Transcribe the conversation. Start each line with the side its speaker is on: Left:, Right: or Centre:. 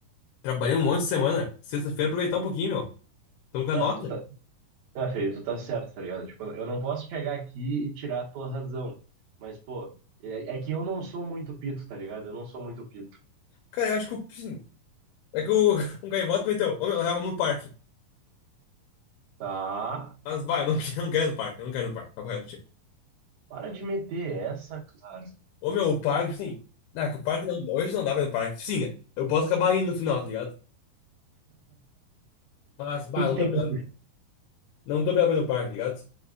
Left: Trabalhei um monte de semana. Sexta-feira aproveitar um pouquinho, meu. Tamo com a
Right: Ah,
Left: nota.
Right: tu tá, ah, filho, tu tá certo, tá ligado? Tipo, eu não posso chegar aqui e tirar a tua razão. Mas, pô, é, é que eu não sou muito pito, tá ligado? Eu não sou muito pito.
Left: Cara, eu acho que eu, sim. É que o, <laughs> um gaivota meteu, ô meu, real, no parque.
Right: Tá?
Left: Mas vai, eu não <laughs> quero, eu não quero no parque, eu não quero no parque, papo reto, pra ti.
Right: Para de meter essa, cara.
Left: Ô meu, o parque, sim. Não, é que o parque não, hoje não dá pra ir no parque. Sim, eu posso acabar indo no final, tá ligado? Mas, bah,
Right: O que que
Left: não
Right: tem,
Left: tô preparado,
Right: o
Left: não tô preparado pra ir no parque, tá ligado?